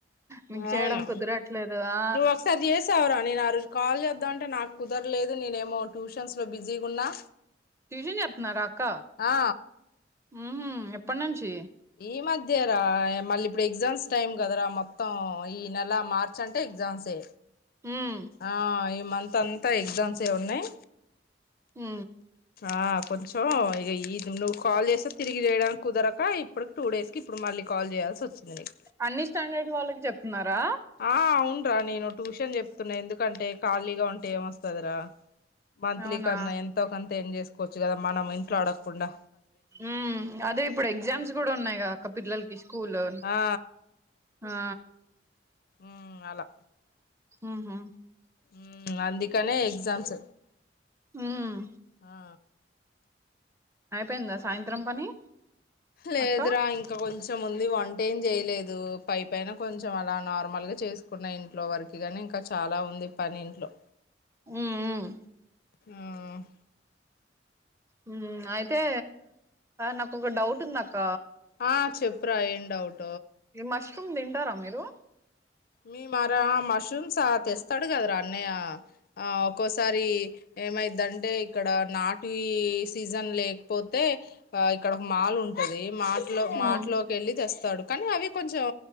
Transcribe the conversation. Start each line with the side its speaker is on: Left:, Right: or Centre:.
Right: మీకు చేయడం
Left: అవునా
Right: కుదరట్లేదు ఆ
Left: నువ్వు ఒకసారి చేసావరా నేను ఆ రోజు కాల్ చేద్దామంటే నాకు కుదరలేదు నేనేమో ట్యూషన్స్లో బిజీగా ఉన్నా
Right: ట్యూషన్ చెప్తున్నారా అక్క
Left: ఆ
Right: మ్ ఎప్పటి నుంచి
Left: ఈ మధ్య రా మళ్ళీ ఇప్పుడు ఎగ్జామ్స్ టైం కదరా మ మొత్తం ఈ నెల మార్చ అంటే ఎగ్జామ్సే
Right: ఉమ్
Left: ఆ మంత్ అంతా ఎగ్జామ్స్ ఏ ఉన్నాయి
Right: మ్
Left: అ కొంచెం ఇక ఇది నువ్వు కాల్ చేస్తే తిరిగి వేయడానికి కుదరక ఇప్పడుకి టూ డేస్కి ఇప్పుడు మళ్ళీ కాల్ చేయాల్సి వచ్చింది నిక్
Right: అన్ని స్టాండర్డ్ వాళ్ళకి చెప్తున్నారా
Left: ఆ అవున్రా నేను ట్యూషన్ చెప్తున్నా ఎందుకంటే ఖాళీగా ఉంటే ఏమొస్తుంది రా మంత్లీ
Right: అవునా
Left: కన్నా ఎంతో కంత ఏం చేసుకోవచ్చు కదా మనం ఇంట్లో అడ కుండా
Right: ఉ అదే ఇప్పుడు ఎగ్జామ్స్ కూడా ఉన్నాయి కా అక్క పిల్లల్ ఇస్కూలో
Left: ఆ
Right: ఆ
Left: ఉ అలా
Right: మ్ హు
Left: మ్ అందుకనే ఎగ్జామ్స్
Right: ఉమ్,
Left: ఆ
Right: అయిపోయిందా సాయంత్రం పని
Left: లేదురా
Right: అక్క
Left: ఇంకా కొంచెం కొంచెంముంది వంటేం చేయలేదు పైపైన కొంచెం అలా నార్మల్గా చేసుకున్న ఇంట్లో వరకు కానీ ఇంకా చాలా ఉంది పని ఇంట్లో
Right: హ్మ్
Left: మ్మ్
Right: మ్మ్ అయితే నాకొక డౌట్ ఉందక్క
Left: ఆ చెప్పురా ఏం డవుట్
Right: ఏ మష్ మష్రూమ్ తింటారా మీరు
Left: మీ మరా మష్రూమ్సా తెస్తాడు కదరా అన్నయ్య ఆ ఒక్కోసారి ఏమైద్దంటే ఇక్కడ నాటువి సీజన్ లేకపోతే ఆ ఇక్కడ ఒక మాల్ ఉంటది మార్ట్లో
Right: మ్మ్
Left: మార్ట్లోకి వెళ్ళి తెస్తాడు కానీ అవి కొంచెం